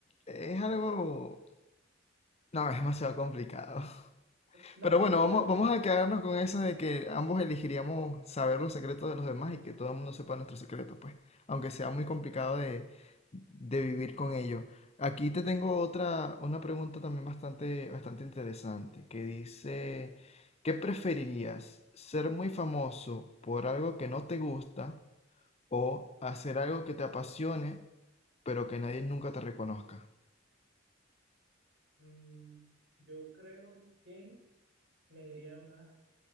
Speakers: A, on the left; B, on the right.
A: es algo... No, es demasiado complicado.
B: No,
A: Pero
B: pero
A: bueno,
B: igual,
A: vamos, vamos a quedarnos con eso de que ambos elegiríamos saber los secretos de los demás y que todo el mundo sepa nuestros secretos pues, aunque sea muy complicado de, de vivir con ello. Aquí te tengo otra, una pregunta también bastante, bastante interesante, que dice,
B: a ver, a ver.
A: ¿qué preferirías? ¿Ser muy famoso por algo que no te gusta o hacer algo que te apasione, pero que nadie nunca te reconozca?
B: mm, yo creo que me iría más